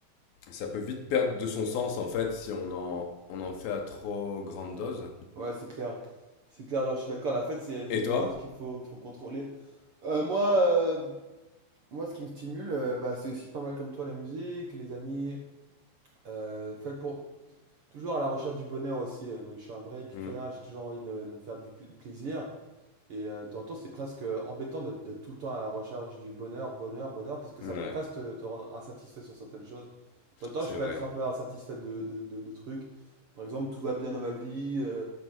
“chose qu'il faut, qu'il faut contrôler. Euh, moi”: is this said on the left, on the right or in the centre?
Right